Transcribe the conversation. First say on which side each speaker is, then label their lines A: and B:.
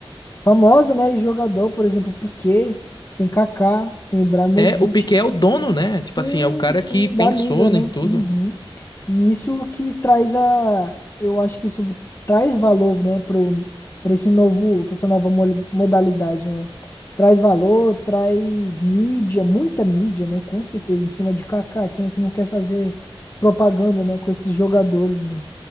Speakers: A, on the left; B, on the left.
A: famosa, né? E jogador, por exemplo, Piqué tem Kaká, tem Ibrahimovic.
B: É, o Piquet é o dono, né?
A: Sim,
B: Tipo assim, é o cara
A: sim,
B: que pensou
A: da liga, né?
B: em tudo.
A: Uhum. E isso que traz a, eu acho que isso traz valor, né, pro, para esse novo, para essa nova mole- modalidade, né? Traz valor, traz mídia, muita mídia, né? Com certeza, em cima de Kaká, quem é que não quer fazer propaganda, né, com esses jogadores, mano?